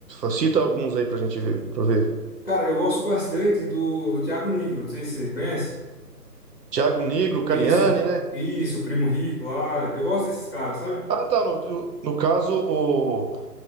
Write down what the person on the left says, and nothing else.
Cara, eu gosto bastante do, do Thiago Nigro, não sei se você conhece.
Isso,
isso, o Primo Rico lá. Eu gosto desses caras, sabe?